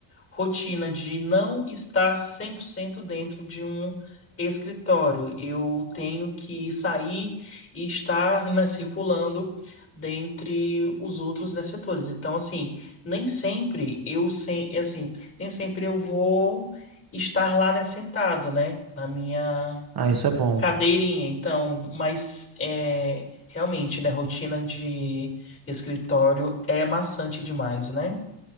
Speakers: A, on the left; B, on the right.
A: rotina de não estar 100% dentro de um escritório. Eu tenho que sair e estar, né, circulando dentre os outros, né, setores. Então, assim, nem sempre eu sem, assim, nem sempre eu vou estar lá, né, sentado, né, na minha
B: Ah, isso é bom.
A: cadeirinha. Então, mas é, realmente, né, rotina de escritório é maçante demais, né?